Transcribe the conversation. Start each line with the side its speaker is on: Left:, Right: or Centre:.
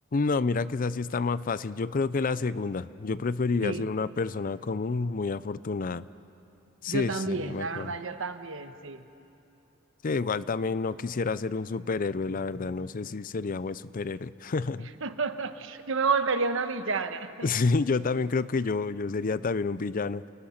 Left: No, mira que esa sí está más fácil. Yo creo que la segunda. Yo preferiría
Right: Sí,
Left: ser una persona común, muy afortunada. Sí,
Right: yo también,
Left: sería mejor.
Right: la verdad, yo también, sí.
Left: Sí, igual también no quisiera ser un superhéroe, la verdad. No sé si sería buen superhéroe. <laughs>
Right: <laughs> Yo me volvería una villana.
Left: <laughs> Sí, yo también creo que yo, yo sería también un villano.